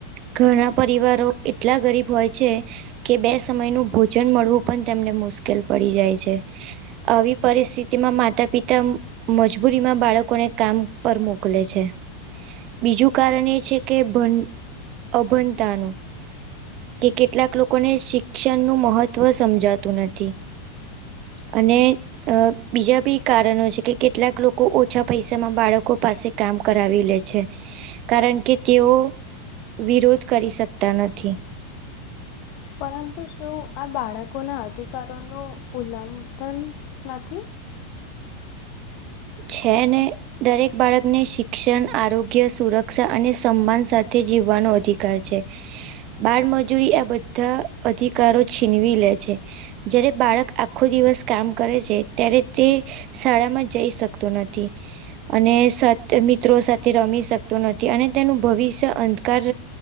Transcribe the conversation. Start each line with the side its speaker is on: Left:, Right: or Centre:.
Right: ઘણા પરિવારો એટલા ગરીબ હોય છે કે બે સમયનું ભોજન મળવું પણ તેમને મુશ્કેલ પડી જાય છે. આવી પરિસ્થિતિમાં માતા પિતા મજબૂરીમાં બાળકોને કામ પર મોકલે છે. બીજું કારણ એ છે કે ભં અભંતાનું કે કેટલાક લોકોને શિક્ષણનું મહત્ત્વ સમજાતું નથી. અને અહ બીજા બી કારણો છે કે કેટલાક લોક કો ઓછા પૈસામાં બાળકો પાસે કામ કરાવી લે છે કારણ કે તેઓ વિરોધ કરી શકતા નથી.
Left: પરંતુ શું આ બાળકોના અધિકારોનું ઉલ્લંધન નથી?
Right: છે ને દરેક બાળકને શિક્ષણ આરોગ્ય સુરક્ષા અને સન્માન સાથે જીવવાનો અધિકાર છે. બાળમજૂરી આ બધા અધિકારો છીનવી લે છે. જયારે બાળક આખો દિવસ કામ કરે છે ત્યારે તે શાળામાં જઈ શક તું નથી. અને સાથે મિત્રો સાથે રમી શકતો નથી અને તેનું ભવિષ્ય અંધકાર